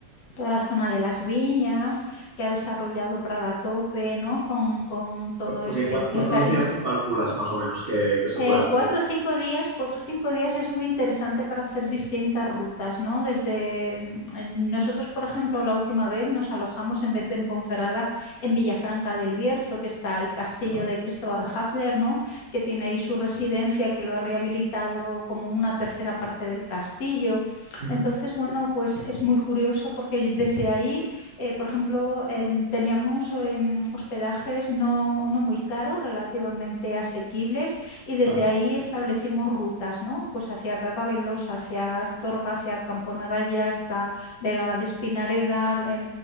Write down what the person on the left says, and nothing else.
toda la zona de las viñas, que ha desarrollado Prada Tope, ¿no? Con, con todo
este,
el,
ca- el-
eh,
cuatro
o cinco días, cuatro o cinco días es muy interesante para hacer distintas rutas, ¿no? Desde mm, eh, nosotros, por ejemplo, la última vez nos alojamos en vez de en Ponferrada, en Villafranca del Bierzo, que está el castillo
de Cristóbal Hafler, ¿no? Que tiene ahí su residencia, que lo ha rehabilitado como una tercera parte del castillo.
Entonces, bueno, pues es muy curioso porque desde ahí, eh, por ejemplo, em, teníamos em, hospedajes no, no muy caros, relativamente asequibles y desde
ahí establecimos rutas, ¿no? Pues hacia Cacabelos, hacia Astorga, hacia Camponaraya, hasta Vega de Espinareda. eh,